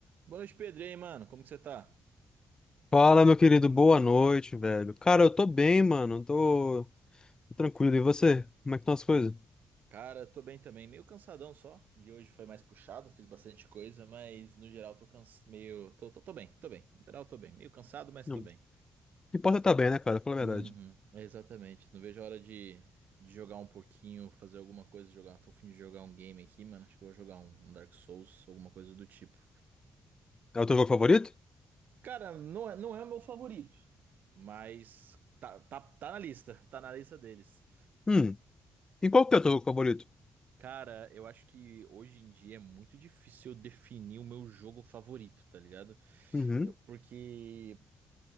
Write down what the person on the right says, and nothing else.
Boa noite, Pedro. E aí, mano? Como que você tá?
Cara, tô bem também. Meio cansadão só. De hoje foi mais puxado, fiz bastante coisa, mas no geral tô cans... meio. Tô, tô, tô bem, tô bem. No geral tô bem. Meio cansado, mas
tô bem.
Uhum,
exatamente. Não vejo a hora de, de jogar um pouquinho, fazer alguma coisa, jogar. Tô a fim de jogar um game aqui, mano. Acho que eu vou jogar um, um Dark Souls, alguma coisa do tipo.
Cara, não é, não é o meu favorito, mas tá, tá, tá na lista. Tá na lista deles.
Cara, eu acho que hoje em dia é muito difícil eu definir o meu jogo favorito, tá ligado?
Eu- porque,